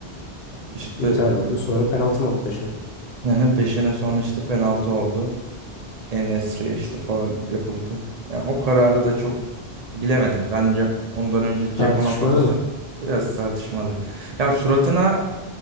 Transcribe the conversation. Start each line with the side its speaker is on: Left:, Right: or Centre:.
Right: İşte
Left: İptal oldu. Sonra penaltı mı aldı peşine?
Right: yani peşine sonra işte penaltı oldu. En-Nesyri'ye işte faul yapıldı. Yani o kararı da çok bilemedim. Bence ondan önce Ceko'nun
Left: Tartışmalı
Right: pozisyon
Left: mı?
Right: biraz tartışmalı. Ya suratına